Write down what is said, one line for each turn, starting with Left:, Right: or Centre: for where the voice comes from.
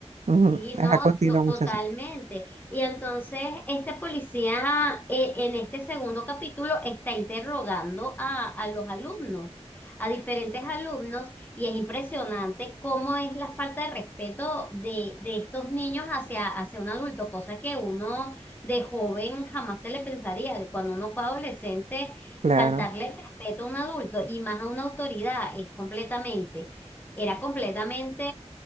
Right: Ujú.
Left: Sí, no,
Right: Ajá, continúa,
Left: to- totalmente.
Right: muchacha.
Left: Y entonces este policía eh, en este segundo capítulo está interrogando a, a los alumnos, a diferentes alumnos, y es impresionante cómo es la falta de respeto de, de estos niños hacia, hacia un adulto, cosa que uno de joven jamás se le pensaría, de cuando uno fue adolescente,
Right: Claro.
Left: faltarle respeto a un adulto y más a una autoridad es completamente era completamente